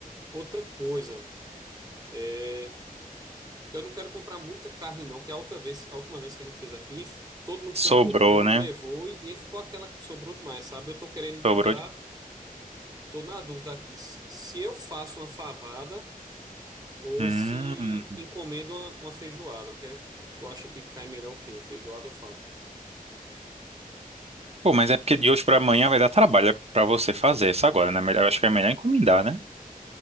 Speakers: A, on the right (about 25°); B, on the right (about 45°).
A: outra coisa, é, eu não quero comprar muita carne, não, que a outra vez, a última vez que a gente fez aqui, f- todo mundo
B: Sobrou,
A: se empolgou,
B: né?
A: levou e, e ficou aquela que sobrou demais, sabe? Eu tô querendo botar,
B: Sobrou de.
A: tô na dúvida aqui, se se eu faço uma favada. Ou
B: Hum.
A: se encomenda uma, uma feijoada. O que é- tu acha que cai melhor o quê? Feijoada ou fava?
B: Pô, mas é porque de hoje pra amanhã vai dar trabalho é pra você fazer isso agora, né? Melhor- Eu acho que é melhor encomendar, né?